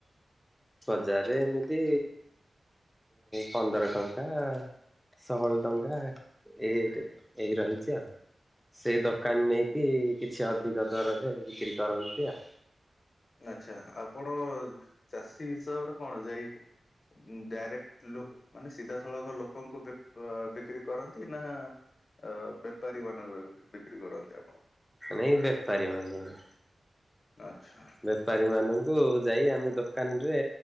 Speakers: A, in the centre; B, on the left (about 60°).
A: ବଜାରରେ ଏମିତି ପନ୍ଦର ଟଙ୍କା ଷୋହଳ ଟଙ୍କା ଏଇ ଏଇ ରହିଛି ଆଉ। ସେ ଦୋକାନ ନେଇକି କିଛି ଅଧିକ ଦରରେ ବିକ୍ରି କରନ୍ତି ଆଉ।
B: ଆଛା ଆପଣ ଚାଷୀ ହିସାବରେ କଣ ଯାଇି ଡାଇରେକ୍ଟ ଲ ମାନେ ସିଧାସଳଖ ଲୋକଙ୍କୁ ବିକ୍ରି କରନ୍ତି ନା ଅ ବେପାରୀ ମାନଙ୍କୁ ବିକ୍ରି କରନ୍ତି ଆପଣ।
A: ମାନେ ଏଇ ବେପାରୀ ମାନଙ୍କ
B: ଆଚ୍ଛା।
A: ବେପାରୀମାନଙ୍କୁ ଯାଇ ଆମେ ଦୋକାନରେ